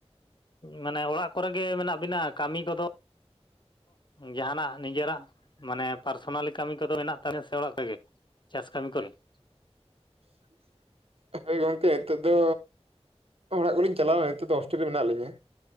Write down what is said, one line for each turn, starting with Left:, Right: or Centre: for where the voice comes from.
Left: ᱢᱟᱱᱮ ᱚᱲᱟᱜ ᱠᱚᱨᱮ ᱜᱮ ᱢᱮᱱᱟᱜ ᱵᱤᱱᱟ ᱠᱟᱹᱢᱤ ᱠᱚᱫᱚᱼᱼ ᱡᱟᱦᱟᱱᱟᱜ ᱱᱤᱡᱮᱨᱟᱜ ᱢᱟᱱᱮ ᱯᱟᱨᱥᱚᱱᱟᱞᱤ ᱼᱼ ᱠᱟᱹᱢᱤ ᱠᱚᱫᱚ ᱢᱮᱱᱟᱜ ᱛᱟᱞᱮᱭᱟ ᱥᱮ ᱚᱲᱟᱜ ᱨᱮᱜᱮ ᱪᱟᱥ ᱠᱟᱹᱢᱤ ᱠᱚᱨᱮ ᱾
Right: <inaudible> ᱦᱚᱭ ᱜᱚᱝᱠᱮ ᱱᱤᱛᱚᱜ ᱫᱚ, ᱚᱲᱟᱜ ᱠᱚᱞᱤᱧ ᱪᱟᱞᱟᱣᱼᱟ ᱱᱤᱛᱚᱜ ᱫᱚ ᱦᱳᱥᱴᱮᱞ ᱨᱮ ᱢᱮᱱᱟᱜ ᱞᱤᱧᱟᱹ।